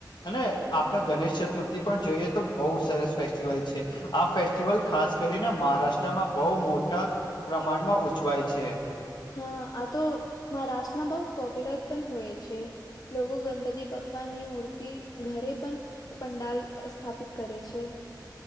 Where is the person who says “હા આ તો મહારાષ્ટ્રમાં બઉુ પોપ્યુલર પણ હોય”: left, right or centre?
Left